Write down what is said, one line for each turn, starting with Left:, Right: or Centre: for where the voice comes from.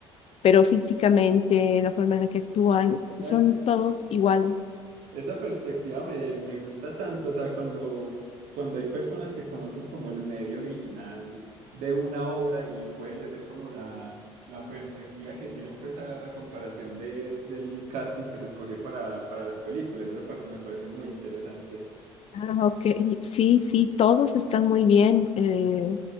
Left: pero físicamente, la forma en la que actúan,
Right: No,
Left: son
Right: es,
Left: todos iguales.
Right: Esa perspectiva me, me gusta tanto, o sea, cuando, cuando hay personas que conocen como el medio original de una obra y pueden decir como la, la perspectiva que tienen pues a, a comparación de, del casting que se escogió para, para las películas, esa parte me parece muy interesante.
Left: Ah, ok. Sí, sí, todos están muy bien. eh,